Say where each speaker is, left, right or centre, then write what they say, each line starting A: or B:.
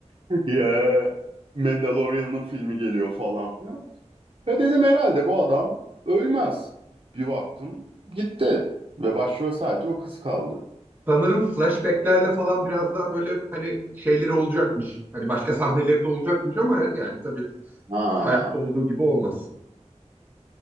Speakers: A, on the right (about 50°); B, on the right (about 15°).
A: <laughs> Ya Mandalorian'ın filmi geliyor falan filan. Ve dedim herhalde bu adam ölmez. Bir baktım gitti. Ve başrol sadece o kız kaldı.
B: Sanırım flashbacklerle falan biraz daha böyle hani şeyleri olacakmış. Hani başka sahneleri de olacakmış ama yani tabii
A: Ha
B: e, hayatta olduğu gibi olmaz.